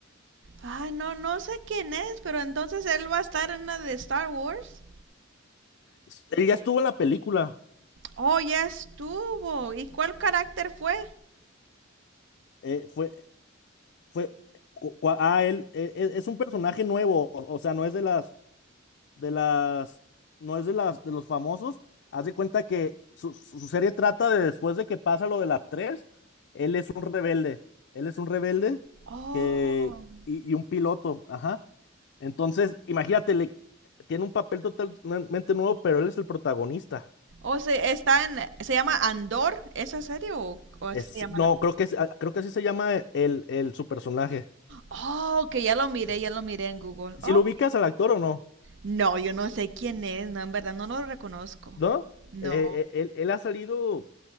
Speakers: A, on the right; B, on the left.
A: Ah, no, no sé quién es, pero entonces él va a estar en una de Star Wars.
B: S- Él ya estuvo en la película.
A: Oh, ya estuvo. ¿Y cuál carácter fue?
B: eh, fue, fue, cu- cua- ah, él, e- e- es un personaje nuevo, o o sea, no es de las de las, no es de las, de los famosos. Haz de cuenta que su, su su serie trata de después de que pasa lo de la tres él es un rebelde, él es un rebelde
A: Oh.
B: que, y, y un piloto, ajá. Entonces, imagínate, le, tiene un papel totalmente nuevo, pero él es el protagonista.
A: O se está en, se llama Andor esa serie o, o así
B: Es,
A: se llama
B: no,
A: la.
B: creo que, es- ah, creo que así se llama e, el, el, su personaje.
A: Oh, que ya lo miré, ya lo miré en Google.
B: Si
A: Oh,
B: lo ubicas al actor o no,
A: no, yo no sé quién es, no, en verdad no lo reconozco.
B: ¿no?
A: No.
B: Eh, eh, él, él ha salido,